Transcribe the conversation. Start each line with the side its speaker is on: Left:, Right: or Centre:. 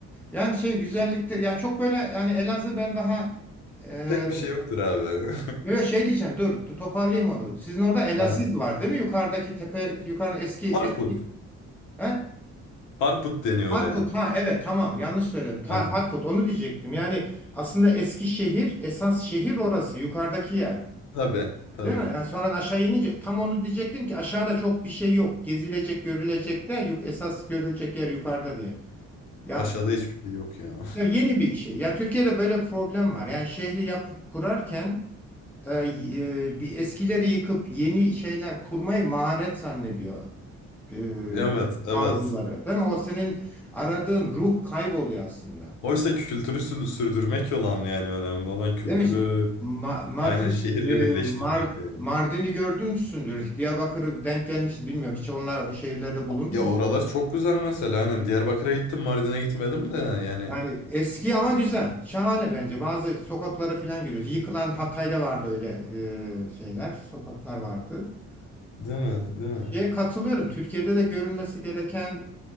Centre: Yani şey güzellikler yani çok böyle yani Elazığ ben daha e,
Left: Pek bir şey yoktur abi.
Centre: yo, yo, şey diyeceğim dur toparlayayım onu. Sizin orada Elaziz
Left: <laughs> Ha.
Centre: var değil mi? Yukarıdaki tepe yukarı eski
Left: Harput.
Centre: eski he?
Left: Harput deniyor
Centre: Harput
Left: oraya.
Centre: ha evet tamam yanlış söyledim. Ta
Left: Aynen.
Centre: Harput onu diyecektim. Yani aslında eski şehir esas şehir orası yukarıdaki yer.
Left: Tabii, tabii.
Centre: Değil mi? Yani sonra aşağı inince tam onu diyecektim ki aşağıda çok bir şey yok. Gezilecek, görülecek de yuk- esas görülecek yer yukarıda diye. Ya,
Left: Aşağıda hiçbir şey yok ya. <laughs>
Centre: ya yeni bir şey. Ya Türkiye'de böyle bir problem var. Yani şehri yap kurarken e, e, bir eskileri yıkıp yeni şeyler kurmayı maharet zannediyor e,
Left: Evet, evet.
Centre: bazıları. Değil mi? O senin aradığın ruh kayboluyor aslında.
Left: Oysa kültürü sü- sürdürmek olan yani önemli olan kültürü
Centre: Değil mi? Şimdi Ma- Madrid,
Left: aynen şehirle
Centre: e,
Left: birleştirmek
Centre: Mar
Left: yani.
Centre: Mardin'i gördün müsündür? Diyarbakır'ı denk gelmişti bilmiyorum. Hiç onlar o şehirlerde bulundu
Left: Ya
Centre: mu?
Left: oralar çok güzel mesela. Aynen Diyarbakır'a gittim, Mardin'e gitmedim de yani.
Centre: Yani eski ama güzel. Şahane bence. Bazı sokaklara falan giriyoruz. Yıkılan Hatay'da vardı öyle e, şeyler. Sokaklar vardı.
Left: Değil mi?
Centre: E,
Left: Değil mi?
Centre: Şeye katılıyorum. Türkiye'de de görülmesi gereken